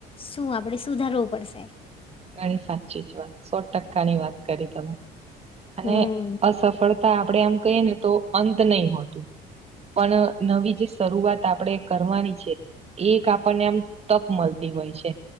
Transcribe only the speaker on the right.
ઘણી સાચ્ચી જ વાત સો ટકાની વાત કરી તમે અને
અસફળતા આપણેે આમ કહીએ ને તો અંત નહી હોતું પણ નવી જે શરૂઆત આપણેે કરવાની છે. એ એક આપણને આમ તક મલતી હોય છે,